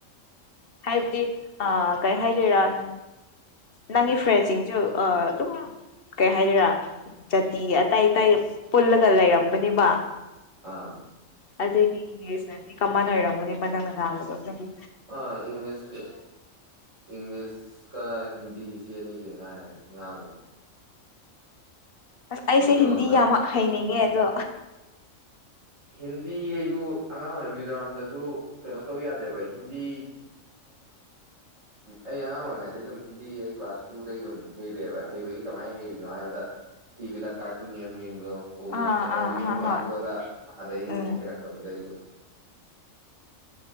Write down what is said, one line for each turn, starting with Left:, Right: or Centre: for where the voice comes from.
Left: ꯍꯥꯏꯕꯗꯤ ꯀꯩ ꯍꯥꯏꯗꯣꯏꯔꯥ ꯅꯪꯒꯤ ꯐ꯭ꯔꯦꯟꯁꯤꯡꯁꯨ ꯑꯗꯨꯝ ꯀꯩ ꯍꯥꯏꯗꯣꯏꯔꯥ ꯖꯥꯇꯤ ꯑꯇꯥꯏ ꯑꯇꯥꯏ ꯄꯨꯜꯂꯒ ꯂꯩꯔꯝꯒꯅꯦꯕ
Right: ꯑꯥ
Left: ꯑꯗꯒꯤ ꯏꯪꯂꯤꯁꯅꯗꯤ ꯀꯃꯟ ꯑꯣꯏꯔꯝꯝꯕꯅꯤ ꯃꯅ ꯃꯅꯥ ꯑꯃꯗꯣ ꯑꯗꯨꯗꯒꯤ
Right: ꯑꯥ ꯏꯪꯂꯤꯁ ꯀ ꯏꯪꯂꯤꯁ ꯀꯥꯏ ꯍꯤꯟꯗꯤ ꯆꯦ ꯑꯅꯤꯁꯦ ꯉꯥꯏꯔꯦ ꯉꯥꯡꯕꯨ
Left: ꯑꯁ ꯑꯩꯁꯦ
Right: ꯃꯩꯇꯩꯂꯣꯟꯗ
Left: ꯍꯤꯟꯗꯤ ꯌꯥꯝ ꯍꯩꯅꯤꯡꯉꯦ ꯑꯗꯣ
Right: ꯍꯤꯟꯗꯤ ꯑꯩꯁꯨ ꯑꯉꯥꯡ ꯑꯣꯏꯔꯤꯉꯩ ꯃꯤꯖꯣꯔꯥꯝꯗꯁꯨ ꯀꯩꯅꯣ ꯇꯧ ꯌꯥꯗꯦꯕ ꯍꯤꯟꯗꯤ ꯑꯩ ꯑꯉꯥꯡ ꯑꯣꯏꯔꯤꯉꯩꯗ ꯑꯗꯨꯝ ꯍꯤꯟꯗꯤ ꯑꯩ ꯀ꯭ꯂꯥꯁ ꯇꯨꯗꯩ ꯑꯗꯨꯝ ꯍꯩꯔꯛꯑꯦꯕ ꯍꯩꯕꯒꯤ ꯀꯃꯥꯏꯅ ꯍꯩꯔꯤꯅꯣ ꯍꯥꯏꯕꯗ ꯇꯤꯚꯤꯗ ꯀꯥꯔꯇꯨꯟ ꯌꯥꯝ ꯌꯦꯡꯕꯗꯣ ꯍꯣ
Left: ꯑꯥ
Right: ꯊꯣ ꯇꯕꯤ
Left: ꯑꯥ ꯑꯥ
Right: ꯃꯥ
Left: ꯍꯣꯏ
Right: ꯑꯗꯨ ꯋꯥꯗ ꯑꯗꯩ
Left: ꯎꯝ
Right: ꯍꯩꯔꯛꯄꯅꯤꯅ ꯂꯩꯒ